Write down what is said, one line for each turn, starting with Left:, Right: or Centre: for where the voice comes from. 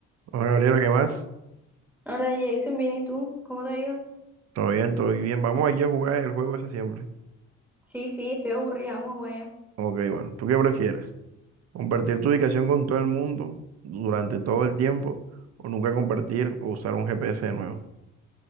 Right: Hola Gabriela, ¿qué más?
Centre: Hola Jason, bien, ¿y tú? ¿Cómo te ha ido?
Right: Todo bien, todo bien. Vamos aquí a jugar el juego ese siempre.
Centre: Sí, sí, estoy aburrida, vamos a jugar ya.
Right: Ok, bueno, ¿tú qué prefieres? ¿Compartir tu ubicación con todo el mundo durante todo el tiempo o nunca compartir o usar un GPS de nuevo?